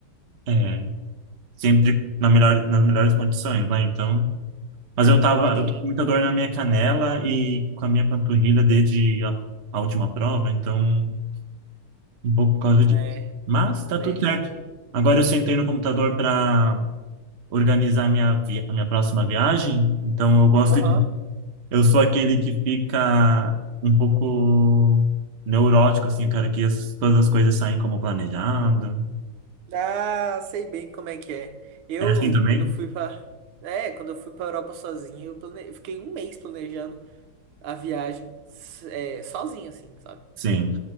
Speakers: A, on the right; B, on the right.
A: é, sempre na melhor, nas melhores condições, né? Então, mas eu tava,
B: Sim,
A: eu tô com muita dor na minha canela e com a minha panturrilha desde a, a última prova, então um pouco por causa disso.
B: é,
A: Mas
B: né,
A: tá tudo
B: entendi.
A: certo. Agora eu sentei no computador para organizar minha vi- a minha próxima viagem, então eu gosto
B: Aham.
A: de eu sou aquele que fica um pouco neurótico assim, eu quero que as- todas as coisas saem como planejado.
B: Ah, sei bem como é que é. Eu,
A: É assim também?
B: quando eu fui pra. É, quando eu fui pra Europa sozinho, eu plane... eu fiquei um mês planejando a viagem, s- é, sozinho, assim, sabe?
A: Sim.